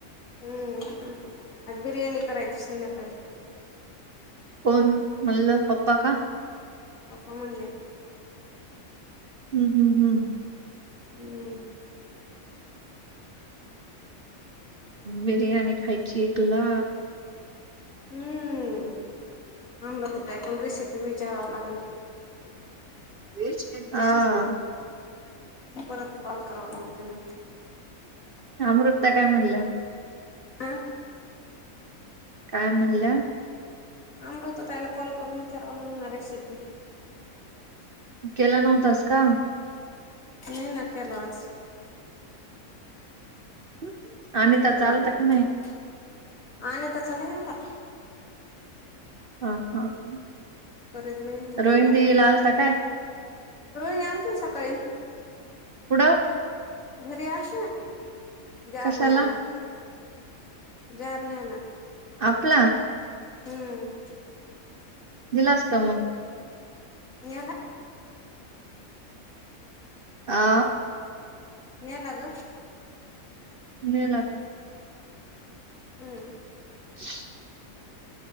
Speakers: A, on the left; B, on the right.
A: हम्म आज बिर्याणी करायची संध्याकाळी....
B: कोण म्हणलं पप्पा का?
A: पप्पा म्हणले...
B: हम्म हम्म हम्म...
A: हम्म...
B: बिर्याणी खायची तुला...
A: हम्म आमला त कायं पण रेसिपी विचारावं लागनं
B: आ
A: परत कॉल करावा लागेन ना
B: अमृतं ताई काय म्हणल्या
A: हा
B: काय म्हणल्या
A: अमृता ताईंला कॉल करून विचारव लागना रेसिपी
B: केला नव्हतास का
A: नाही ना केला आज
B: <unintelligible> त्याचा
A: करावं
B: आलता
A: लागनं
B: का नाही
A: आणि त्याचा नाही आला का
B: हा हा ह
A: करीत बी नाही अनिताचा
B: रोहिणी दि ला आलता काय
A: रोहिणी आलती ना सकाळी
B: कुडं
A: घरी आलते जार
B: कशाला
A: न्यायला जार न्यायला
B: आपला
A: हम्म
B: दिला असता मंग
A: गेला
B: आ
A: गेला ग
B: नेला का
A: हम्
B: <unintelligible>